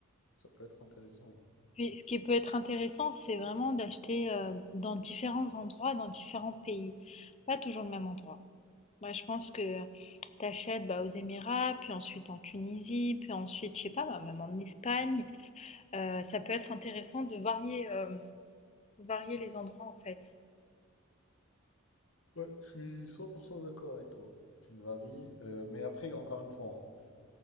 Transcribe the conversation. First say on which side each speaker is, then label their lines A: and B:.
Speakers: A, on the left; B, on the left.
A: Ça peut être intéressant.
B: Puis ce qui peut être intéressant, c'est vraiment d'acheter, heu, dans différents endroits, dans différents pays, pas toujours le même endroit. Moi, je pense que tu achètes, bah, aux Émirats, puis ensuite en Tunisie, puis ensuite, je sais pas, bah, même en Espagne. Heu, ça peut être intéressant de varier, hem, varier les endroits, en fait.
A: hein. Ouais, je suis 100% d'accord avec toi. Tu varies, euh, mais après, encore une fois, hein,